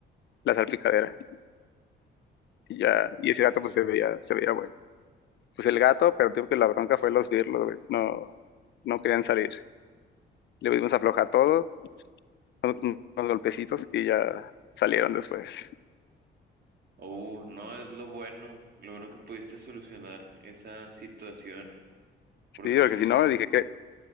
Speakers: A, on the left; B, on the right.
A: la salpicadera. Y ya, y ese gato pues se veía, se veía bueno. Pues el gato, pero digo que la bronca fue los birlos, güey. No, no querían salir. Le dimos afloja todo, unos, unos golpecitos y ya salieron después.
B: Oh, no, es lo bueno, lo bueno que pudiste solucionar esa situación. porque
A: Sí, porque
B: si
A: si
B: no,
A: no, dije que